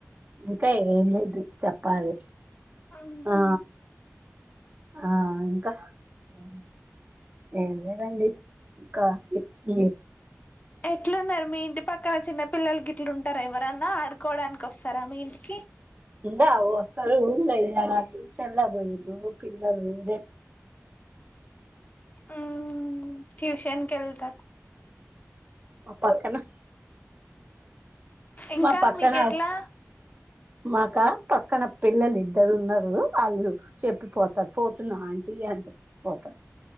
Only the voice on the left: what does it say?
ఉహు
ఎట్ల ఉన్నారు మేమ్ ఇంటి పక్కన చిన్న పిల్లలకి ఇట్లుంటారా ఎవరన్నా ఆడుకోవడానికి వస్తారా మీ ఇంటికి
హ ట్యూషన్ కెళ్తార్
ఇంకా
మీకు ఎట్లా